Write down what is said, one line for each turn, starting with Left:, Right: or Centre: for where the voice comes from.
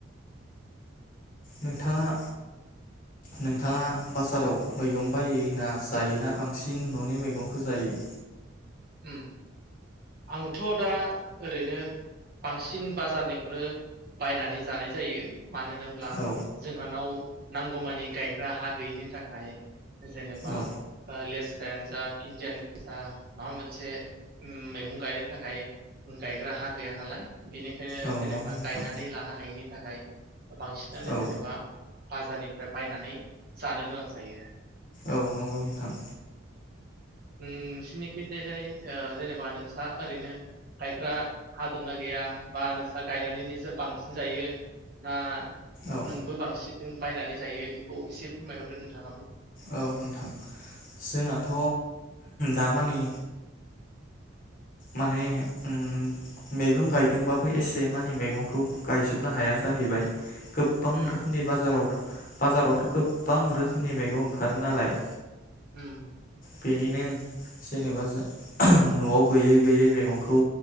Left: नोंथाङा नोंथाङा बाजाराव मैगं बायै जायोना
Right: उम
Left: बांसिन फिन न'नि मैगंखौ जायो।
Right: उम आंथ दा ओरैनो बांसिन बाजारनिखौनो बायनानै जानाय जायो। मानो होनोब्ला
Left: औ
Right: जोंहानाव नांगौमानि गायग्रा हा गैयिनि थाखाय जेनेबा
Left: औ
Right: लेस जायान जा फिनदियानो जा माबा मोनसे मैगं गायनो थाखाय गायग्रा हा गैया नालाय बिनिखायनो
Left: औ
Right: जेनेबा
Left: नंगौ नोंथां
Right: गायनानै लानो हायिनि नि थाखाय बांसिनानो
Left: औ
Right: जेनेबा। बाजारनिफ्राय बायनानै जानो गोनां जायो।
Left: औ नंगौ नोंथां
Right: उम नोंसिनि खिजायलाय ओ जेनेबा नोंसा ओरैनो गायग्रा हादोंना गैया बा नोंसा गायनानैनो बांसिन जायो ना
Left: औ
Right: नोंबो बांसिन बायनानै जायो बेखौ एसे फोरमायहरदो नोंथाङाबो।
Left: औ नोंथां जोंहाथ दामानि माने ओ मैगं गायदोंबाबो एसे मानि मैगंखौ गायजोबनो हाया जाहैबाय गोबां
Right: उम
Left: रोखोमनि बाजाराव बाजारावथ गोबां रोखोमनि मैगं ओंखारो नालाय
Right: उम।
Left: बेनिनो जेनेबा जा न'आव गैयै गैयै मैगंखौ